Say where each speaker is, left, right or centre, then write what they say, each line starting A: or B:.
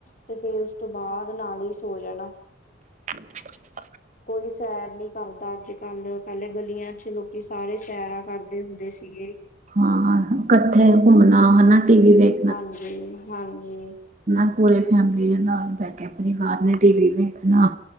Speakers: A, on the left (about 40°); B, on the right (about 40°).
A: ਤੇ ਫੇਰ ਉਸ ਤੋਂ ਬਾਅਦ ਨਾਲ ਈ ਸੋ ਜਾਨਾਂ।
B: <inaudible>
A: ਕੋਈ ਸੈਰ ਨੀ ਕਰਦਾ ਅੱਜ ਕੱਲ ਪਹਿਲੇ ਗਲੀਆਂ ਚ ਲੋਕੀ ਸਾਰੇ ਸੈਰਾਂ ਕਰਦੇ ਹੁੰਦੇ ਸੀਗੇ।
B: ਹਾਂ। ਕੱਠੇ ਘੁੰਮਣਾ ਹਨਾ ਟੀ ਵੀ ਵੇਖ
A: ਹਾਂਜੀ-ਹਾਂਜੀ।
B: ਹਨਾ ਪੂਰੇ ਫੈਮਿਲੀ ਦੇ ਨਾਲ ਬਹਿ ਕੇ ਪਰਿਵਾਰ ਨੇ ਟੀ ਵੀ ਵੇਖਣਾ।